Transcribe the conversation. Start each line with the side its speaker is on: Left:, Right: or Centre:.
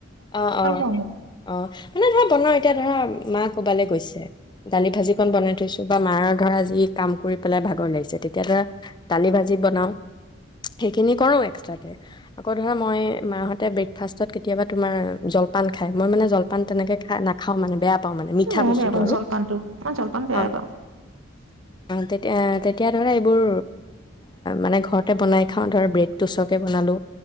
Left: অ অ
Right: উম,
Left: অ মানে ধ পনৰ এতিয়া ধৰা মা ক'ৰবালৈ গৈছে দালি ভাজি কন বনাই থৈছো তপা মাৰ ঘৰ আজি কাম কৰি পেলাই ভাগৰ লাগিছে তেতিয়া ধৰা দালি ভাজি বনাও সেইখিনি কৰো এক্সট্ৰ আকৌ ধৰা মই মাহতে ব্ৰেকফাষ্টত কেতিয়াবা তুমাৰ জলপান খাই মই মানে জলপান তেনেক খাই না খাওঁ মানে বেয়া পাওঁ মানে মিঠা
Right: উম ন
Left: বস্তুটো
Right: বে পাৰ
Left: আৰু
Right: স্বলপনটো মন স্বলপন বয়া
Left: অ
Right: পা <unintelligible>
Left: তেতিয়া তেতিয়া ধৰা এইবোৰ মানে ঘৰতে বনাই খাওঁ ধৰা ব্ৰেডটোচকে বনালোঁ